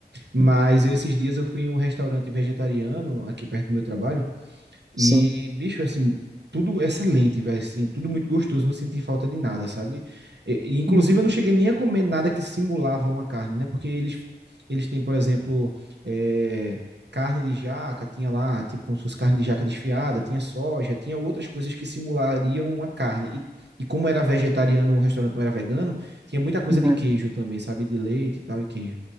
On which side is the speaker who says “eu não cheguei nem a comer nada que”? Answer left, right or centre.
Right